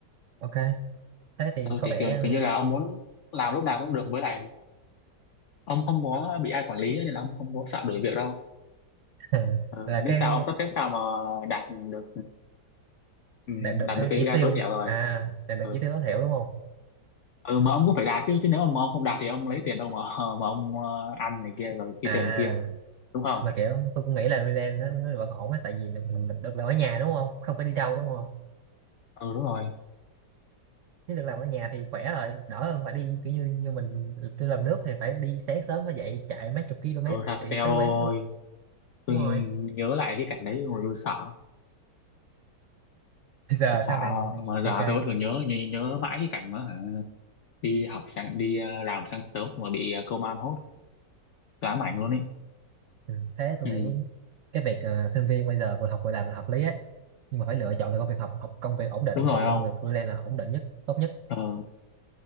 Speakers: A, on the right; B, on the left.
A: ok thế thì
B: ừ
A: có
B: thì
A: vẻ
B: kiểu, kiểu như là ông muốn làm lúc nào cũng được với lại ông không có bị ai quản lý ấy, nên là ông không có sợ đổi việc đâu
A: ờ, <laughs>
B: ừ,
A: là
B: miễn
A: cái
B: sao ông sắp xếp sao mà đạt được ừ,
A: đạt được
B: đạt
A: cái
B: được KPI
A: chỉ tiêu
B: tối thiểu rồi
A: à đạt được
B: ừ
A: chỉ tiêu tối thiểu đúng không
B: ừ mà ông cũng phải đạt chứ chứ nếu mà ông không đạt thì ông lấy tiền đâu mà ờ, mà ông ờ, ăn này kia rồi
A: à
B: kia tiền này kia đúng không
A: mà kiểu tôi cũng nghĩ là freelance nó nó vẫn ổn á tại vì mình được, được làm ở nhà đúng không không phải đi đâu đúng không
B: ừ đúng rồi
A: nếu được làm ở nhà thì khỏe rồi đỡ hơn phải đi kiểu như như mình tôi làm nước thì phải đi sáng sớm mới dậy chạy mấy chục km
B: ừ thật
A: để
B: eo
A: tới quán nước
B: ơi tôi
A: đúng rồi
B: nhớ lại cái cảnh đấy rồi tôi sợ
A: bây giờ
B: tôi sợ
A: sau này
B: mà
A: ok
B: giờ tôi vẫn còn nhớ nhớ, nhớ mãi cái cảnh mà hả, đi học sáng đi ờ, làm sáng sớm mà bị ờ, công an hốt ám ảnh luôn ấy
A: ừ. thế tôi
B: ừ
A: nghĩ cái việc ờ, sinh viên bây giờ vừa học vừa làm là hợp lý ấy nhưng mà phải lựa chọn được công việc học học công việc ổn định
B: đúng rồi
A: và công
B: không
A: việc freelance là ổn định nhất tốt nhất
B: ừ